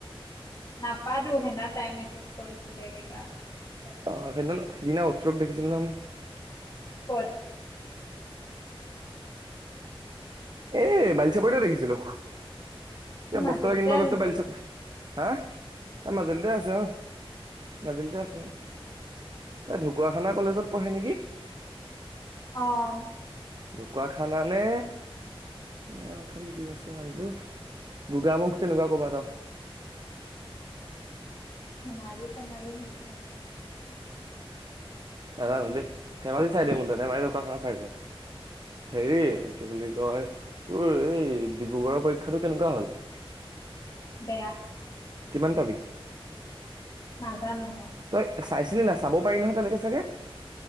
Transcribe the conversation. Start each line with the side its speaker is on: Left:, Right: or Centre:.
Left: নাপাতো সেনা তাই মেছেজ কৰিছিলে কিবা কথাত
Right: অ সেইদিনা সিদিনা উৎসৱ দেখিছিলো নহয় মই
Left: কত
Right: এ বালিচাপৰিতে দেখিছিলো কিবা
Left: মাজুলীতে
Right: বস্তু এটা কিনিব
Left: আছে
Right: গৈছিলো বালিচাপৰি
Left: চাগে
Right: হা তাৰ মাজুলীতে আছে অ গাজুলীতে আছে অ তাই ঢকুৱাখানা কলেজত পঢ়ে নেকি
Left: অ
Right: ঢুকুৱাখানা নে অ এখন কি আছিলে নামটো গোগামুখ তেনেকুৱা কবাত আও
Left: মাজে ত মাজে নেকি
Right: নাজানো দেই ধেমালি চাইডে ধেমালী দোকখানা চাই হেৰি কি বুলি কয় তোৰ এই ডিব্ৰুগড়ৰ পৰীক্ষাতটো কেনেকুৱা হ'ল <inaudible>
Left: বেয়া।
Right: কিমন পাবি?
Left: নাজানো মই
Right: তই চাইছিলি নাই চাব পাৰি নহয় তেনেকে চাগে?